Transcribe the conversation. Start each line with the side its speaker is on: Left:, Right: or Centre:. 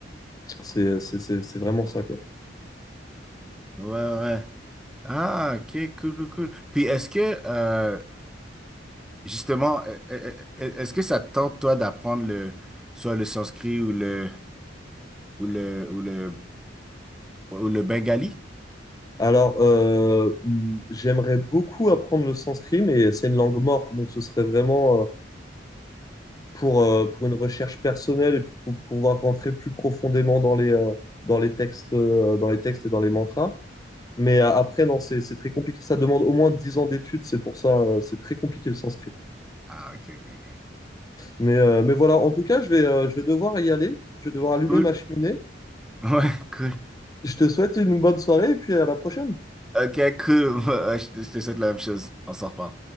Left: c'est, c'est, c'est, c'est vraiment ça, quoi.
Centre: ouais, ouais. Ah, ok, cool, cool, cool. Puis est-ce que, euh, justement, e- e- e- e, est-ce que ça te tente, toi, d'apprendre le, soit le sanskrit ou le, ou le, ou le, ou le bengali?
Left: Alors, euh, hmm, j'aimerais beaucoup apprendre le sanskrit, mais c'est une langue morte, donc ce serait vraiment euh, pour, euh, pour une recherche personnelle et puis pour pouvoir rentrer plus profondément dans les, euh, dans les textes, euh, dans les textes et dans les mantras. Mais euh, après, non, c'est c'est très compliqué. Ça demande au moins 10 ans d'études. C'est pour ça, euh, c'est très compliqué le sanskrit.
Centre: Ah, ok, ok, ok.
Left: Mais, euh, mais voilà, en tout cas, je vais, euh, je vais devoir y aller. Je vais devoir allumer
Centre: Cool.
Left: ma cheminée.
Centre: <laughs> Ouais, cool.
Left: je te souhaite une bonne soirée et puis à la prochaine.
Centre: Ok, cool. <laughs> Ouais, ouais, je te je te souhaite la même chose. On s'en reparle.